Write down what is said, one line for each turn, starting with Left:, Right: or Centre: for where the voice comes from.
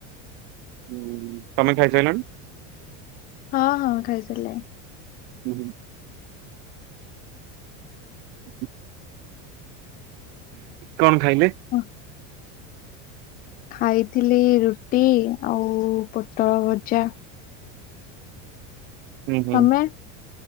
Right: ହୁଁ ତମେ ଖାଇସାରିଲଣି?
Left: ହଁ ହଁ ଖାଇସାରିଥିଲେ।
Right: ହୁଁ ହୁଁ ହୁଁ କଣ ଖାଇଲେ?
Left: ହଁ। ଖାଇଥିଲି ରୁଟି ଆଉ ପୋଟଳ ଭଜା।
Right: ହୁଁ ହୁଁ
Left: ତମେ?